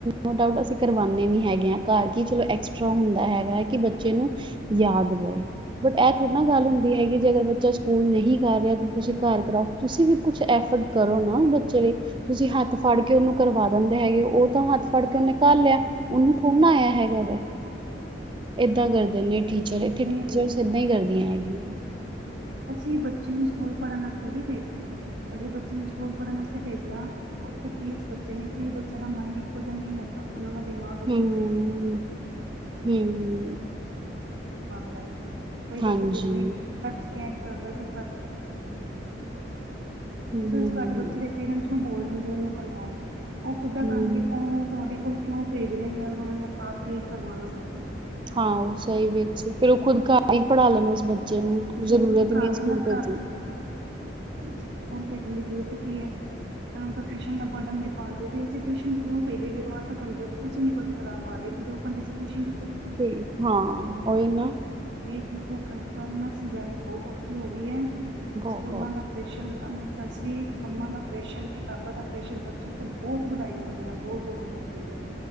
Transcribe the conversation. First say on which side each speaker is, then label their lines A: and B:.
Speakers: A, on the right; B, on the right.
A: ਨੋ ਡਾਊਟ ਅਸੀਂ ਕਰਵਾਉਨੇ ਵੀ ਹੈਗੇ ਹਾਂ ਘਰ ਕੀ ਚਲੋ ਐਕਸਟਰਾ ਹੁੰਦਾ ਹੈਗਾ ਹੈ ਕਿ ਬੱਚ ਬੱਚੇ ਨੂੰ ਯਾਦ ਰਹੇ ਬਟ ਇਹ ਤਾਂ ੋੜ੍ਹ ਨਾ ਗੱਲ ਹੁੰ ਹੈ ਜੇ ਅਗਰ ਬੱਚਾ ਸਕ ਸਕੂਲ ਨਹੀਂ ਕਰ ਰਿਹਾ ਤੇ ਤੁਸੀਂ ਘਰ ਕਰਾਓ ਤੁਸੀਂ ਵੀ ਕੁਛ ਐਫਰਟ ਕਰੋ ਨਾ ਤੁਸੀਂ ਹੱਥ ਫੜ ਕੇ ਉਹਨੂੰ ਕਰਵਾ ਹੈਗੇ ਉਹ ਤਾਂ ਹੱਥ ਫੜ ਕੇ ਉਹਨੇ ਕਰਰ ਲਿਆ ਉਹਨੂੰ ਥੋੜ੍ਹਾ ਨਾ ਆਇਆ ਹੈਗਾ ਵਾ ਏਦਾਂ ਕਰਦੇ ਨੇ ਟੀਚਰ ਇੱਥੇ
B: ਨਹੀਂ
A: ਟੀਚਰਸ ਏਦਾਂ ਹੀ ਕਰਦੀਆਂ ਹੈਗੀਆਂ
B: ਅਸੀਂ ਬੱਚੇ ਨੂੰ ਸਕੂਲ ਪੜ੍ਹਨ ਵਾਸਤੇ ਹੀ ਭੇਜਦੇ ਅਂ ਬੱਚੇ ਨੂੰ ਸਕੂਲ ਪੜ੍ਹਨ ਵਾਸਤੇ ਭੇਜਿਆ ਉੱਥੇ ਫੀਸ ਬੱਚੇ ਨੇ ਫੀ ਬੱਚਿਆਂ ਦਾ ਮਨ ਇੱਕੋ ਜਿਹਾ ਨਹੀਂ ਹੈਗਾ <unintelligible> ਦਿਮਾਗ
A: ਹੂੰ ਹੂੰ
B: ਦਾ ਹੈਗਾ
A: ਹਾਂਜੀ
B: ਤਾਂ ਜਲਦੀ <unintelligible> ਤੁਸੀਂ
A: ਹੂੰ ਹੂੰ
B: ਸੱਟ
A: ਹੂੰ
B: ਬੱਚੇ
A: ਹੂੰ
B: ਦੇ ਪੇਰੈਂਟਸ ਨੂੰ ਹੋਰ, <unintelligible> ਉਹ ਪੁਧਾ
A: ਹੂੰ
B: ਕਰਣਦੀ ਉਹ ਤੁਹਾਡੇ ਕੋਲ ਕਿਉਂ ਫੇਕਦੇਹੇ ਨੇ ਉਹਨਾਂ ਨੇ ਆਪ ਹੀ ਕਰਵਾਣਾ ਜਾ ਕੇ।
A: ਹਾਂ ਉਹ ਸਹੀ ਵਿੱਚ ਫੇਰ ਉਹ ਖੁਦ ਘਰ ਹੀ ਪੜ੍ਹਾ ਲੈਦਾ ਉਸ ਬੱਚੇ ਨੂੰ
B: ਹਾਂ ਫੇਰ
A: ਜ਼ਰੂਰਤ
B: ਘਰ
A: ਨਹੀਂ ਹੈ
B: ਹੀ
A: ਸਕੂਲ
B: ਨਾ ਪੜ੍ਹਾ
A: ਭੇਜਣ
B: ਦੲੀਏ
A: ਦੀ
B: ਸਕੂਲ ਦੀ ਜਰੂਰਤ ਕੀ ਹੈ, ਟਿਊਸ਼ਨ ਦਾ ਬਰਡਨ ਵੀ ਪਾ ਦਿਓ ਅਸੀਂ ਟਿਊਸ਼ਨ ਪੇੋ ਅੱ ਘੰਟੇ ਚ ਤੁਸੀਂ ਨੀ ਕੁੋਂ ਕਰਾ ਪਾ ਰਹੇ ਤੇ ਦੋ ਘੰਟੇ ਚ ਟਿਊਸ਼ਨ ਦੀ
A: ਠੀ ਹਾਂ ਉਹੀ ਨਾ।
B: <inaudible> ਮਸੀ ਗੈਣੀ ਬਹੁਤ ਔਖੀ ਹੋ ਗਈ ਹੈ।
A: ਬਹੁਤ
B: ਸਕੂਲਾ ਦਾ ਪ੍ਰੇਸ਼ਰ ਸਤਿ ਸ਼੍ਰੀ ਕੰਮਾਂ ਦਾ ਪ੍ਰੈਸ਼ਰ ਕਿਤਾਬਾਂ ਦਾ ਪ੍ਰੈਸ਼ਰ ਬੱਚਿਆਂ ਤੋਂ ਬਹੁਤ ਵਧਾਈ ਜਾਂਦੇ ਆ। ਬਹੁ ਜ਼ੋਦੇ ਨਰਾਥ ਹੈਗੀ